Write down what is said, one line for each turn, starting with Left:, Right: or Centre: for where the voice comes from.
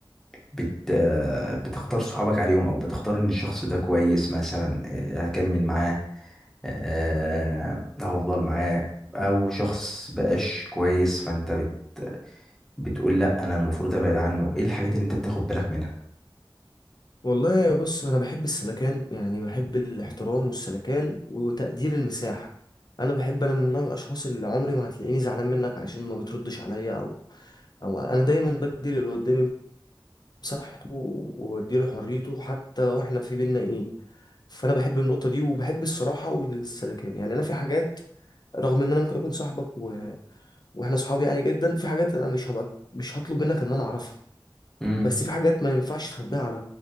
Centre: بت آه، بتختار صحابك عليهم او بتختار ان الشخص ده كويس مثلا آه، هكمل معاه آه، هفضل معاه او شخص بقاش كويس فانت بت بتقول لا انا المفروض ابعد عنه ايه الحاجات اللي انت بتاخد بالك منها
Left: والله بص انا بحب السلكان يعني بحب الاحترام والسلكان وتقدير المساحه انا بحب انا من نوع الاشخاص اللي عمري ما هتلاقيني زعلان منك علشان ما بتردش عليا او او انا دايما بدي اللي قدامي مساحته وبديله حريته حتى لو احنا في بينا ايه فانا بحب النقطه دي وبحب الصراحه والسلكان يعني انا في حاجات رغم ان انا ممكن اكون صاحبك و... واحنا صحاب يعني جدا في حاجات انا مش هبقى مش هطلب منك ان انا اعرفها
Centre: امم
Left: بس في حاجات ما ينفعش تخبيها على